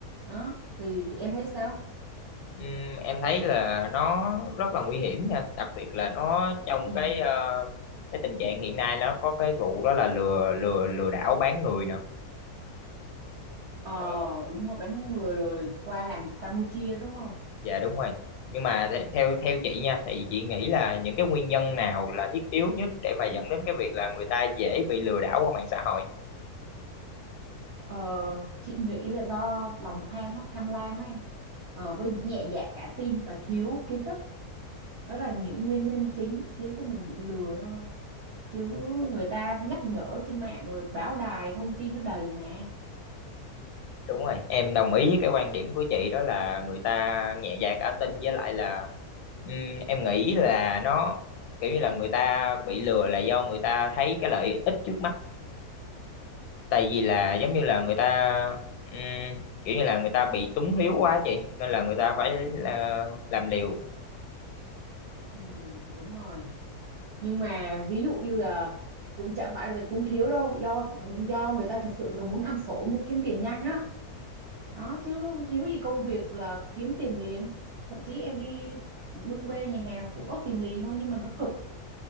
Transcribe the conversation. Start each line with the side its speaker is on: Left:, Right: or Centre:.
Right: Đó, thì em thấy sao?
Left: Ừm, em thấy là nó rất là nguy hiểm nha, đặc biệt là nó trong
Right: Ừ.
Left: cái ờ, cái tình trạng hiện nay nó có cái vụ đó là lừa lừa lừa đảo bán người nè.
Right: Ờ
Left: Ờ,
Right: đúng rồi bán người rồi qua làm Campuchia đúng không?
Left: dạ đúng rồi. Nhưng mà the- theo theo chị nha thì chị nghĩ là những cái nguyên nhân nào là thiết yếu nhất để mà dẫn đến cái việc là người ta dễ bị lừa đảo qua mạng xã hội?
Right: Ờ, chị nghĩ là do lòng tham á, tham lam á em. Ờ, với nhẹ dạ cả tin và thiếu kiến thức đó là những nguyên nhân chính khiến cho mình bị lừa thôi chứ người ta nhắc nhở trên mạng rồi báo đài thông tin nó đầy mà
Left: đúng rồi em đồng ý với cái quan điểm của chị đó là người ta nhẹ dạ cả tin với lại là ừm, em nghĩ là nó kiểu như là người ta bị lừa là do người ta thấy cái lợi ích trước mắt tại vì là giống như là người ta ừm, kiểu như là người ta bị túng thiếu quá chị nên là người ta phải là làm liều
Right: ừ, đúng rồi nhưng mà ví dụ như là cũng chẳng phải về túng thiếu đâu do do người ta thật sự là muốn ăn xổi muốn kiếm tiền nhanh á đó chứ thiếu gì công việc là kiếm tiền liền thậm chí em đi bưng bê nhà hàng cũng có tìm liền thôi nhưng mà nó cực